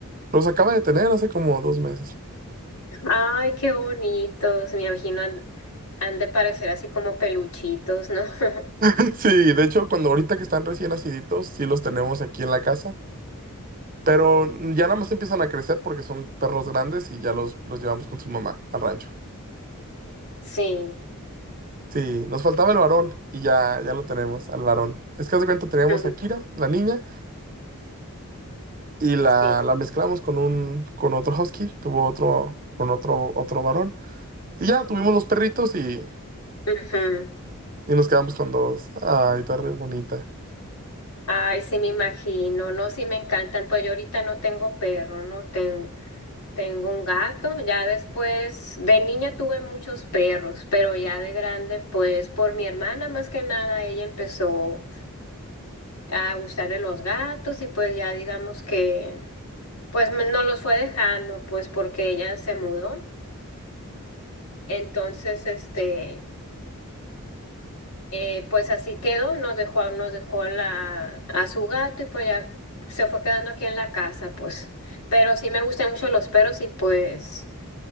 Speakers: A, on the right; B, on the left.
A: los acaba de tener hace como dos meses.
B: Ay, qué bonitos, me imagino han, han de parecer así como peluchitos, ¿no? <laughs>
A: <laughs> Sí, de hecho cuando ahorita que están recién naciditos, sí los tenemos aquí en la casa. Pero ya nada más empiezan a crecer porque son perros grandes y ya los, los llevamos con su mamá al rancho.
B: Sí,
A: Sí, nos faltaba el varón y ya, ya lo tenemos, al varón. Es que haz de cuenta teníamos
B: mm,
A: a Kira, la niña, y la,
B: sí.
A: la mezclamos con un, con otro husky, tuvo otro, con otro, otro varón. Y ya tuvimos los perritos y,
B: ujú.
A: y nos quedamos con dos. Ay, está re bonita.
B: Ay, sí, me imagino, no, sí me encantan. Pues yo ahorita no tengo perro, ¿no? Ten- tengo un gato, ya después, de niña tuve muchos perros, pero ya de grande, pues por mi hermana más que nada, ella empezó a gustarle los gatos y pues ya digamos que, pues me- no los fue dejando, pues porque ella se mudó. Entonces, este, eh, pues así quedó, nos dejó, nos dejó la, a su gato y pues ya se fue quedando aquí en la casa, pues. Pero sí me gustan mucho los perros y pues